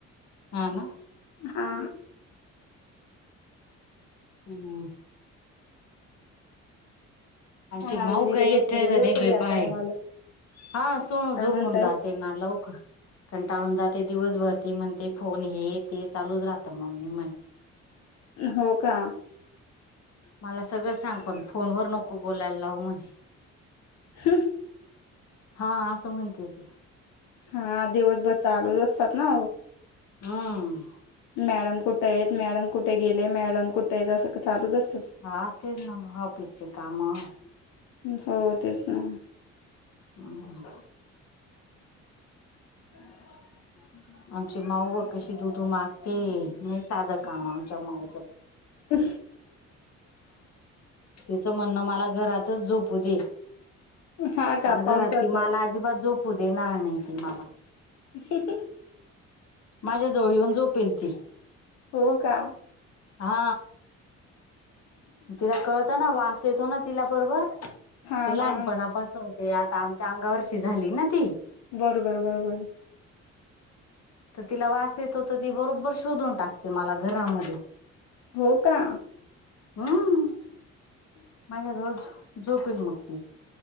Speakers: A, on the left; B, on the left.
A: हा ना.
B: हा
A: हम्म. आमचे
B: सोनाली
A: माऊ
B: दिदी
A: काय
B: तर झोपून
A: थेर
B: गेली
A: आणि
B: असेल
A: बे
B: या
A: बाय..
B: टायमाला
A: हा सो
B: काय
A: झोपून
B: म्हणतायत
A: जाते ना लवकर कंटाळून जाते. ते दिवसभरती म्हणते फोन हे ते चालूच राहतं मम्मी म्हण.
B: हो का.
A: मला सगळं सांग पण फोन वर नको बोलायला लावू म्हणे.
B: ह.
A: हा आ स म्हतेेते.
B: हा दिवसभर चालूच असतात ना.
A: हम.
B: मॅडम कुठे आहेत मॅडम कुठे गेले मॅडम कुठे आहेत असं चालूच असत.
A: ह तेर् ना महा पीच कामा.
B: हो तेच ना
A: हम.
B: <unintelligible>
A: ह.. आमची माऊ ब कशी दुधू मागते नाही साधं काम आमच्या माऊचं.
B: अ..
A: तचं म्हणणं मला घरातच झोपू दे.
B: हा का
A: कार
B: पावसाच
A: घरात त मला अजिबात झोपू देणार नाही त मला.
B: ह..
A: माझ्या जवळ येऊन झोपेल ती.
B: हो का
A: हा तिला कळत ना वास येतो ना तिला बरोबर ते
B: हा
A: लहानपणापास
B: हा
A: होते आ आता आमच्या अंगा वर्षी झाली ना ती
B: बरोबर बरोबर
A: तर तिला वास येतो तर ती बरोबर शोधून टाकते मला घरामध्ये
B: हो का
A: हम माझ्याजवळ झोपील मग ती